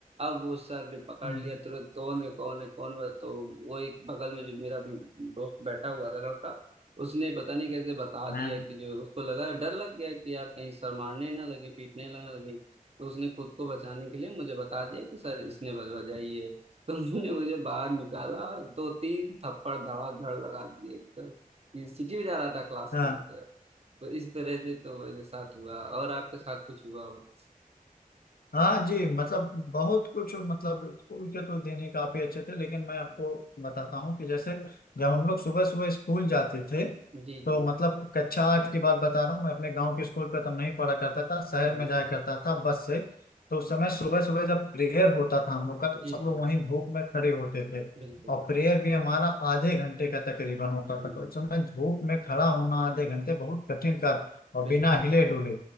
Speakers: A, on the right; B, on the left.
A: अब वो सर ने पकड़
B: हम्म,
A: लिया तुरंत कौन है कौन है कौन है तो वो एक बगल में जो मेरा दोस्त बैठा हुआ था लड़का उसने पता नहीं कैसे बता
B: हाँ
A: दिया कि जो उसको लगा डर लग गया कि यार कहीं सर मारने ना लगे पीटने ना लगे तो उसने खुद को बचाने के लिए मुझे बता दिया कि सर इसने बज- बजाई है तो उन्होंने मुझे बाहर निकाला और दो तीन थप्पड़ धड़ाधड़ लगा दिए एकदम ये सीटी बजा रहा था क्लास
B: हाँ
A: के अंदर तो इस तरह से तो मेरे साथ हुआ और आपके साथ कुछ हुआ हो
B: हाँ जी मतलब बहुत कुछ मतलब स्कूल के तो दिन ही काफी अच्छे थे लेकिन मैं आपको बताता हूँ कि जैसे जब हम लोग सुबह सुबह स्कूल जाते थे
A: जी
B: तो
A: जी
B: मतलब कक्षा आठ की बात बता रहा हूँ मैं अपने गांव के स्कूल पे तब नहीं पढ़ा करता था शहर
A: बिल्कुल
B: में जाया करता था बस से तो उस समय सुबह सुबह जब प्रेयर होता था हम लोग का तो
A: जी
B: सब
A: जी
B: लोग वहीं धूप में खड़े होते थे
A: बिल्कुल
B: और प्रेयर भी हमारा आधे घंटे का तकरीबन होता
A: हम्म
B: था तो उस समय धूप में खड़ा होना आधे घंटे बहुत कठिन कार्य और
A: बिल्कुल
B: बिना हिले डुले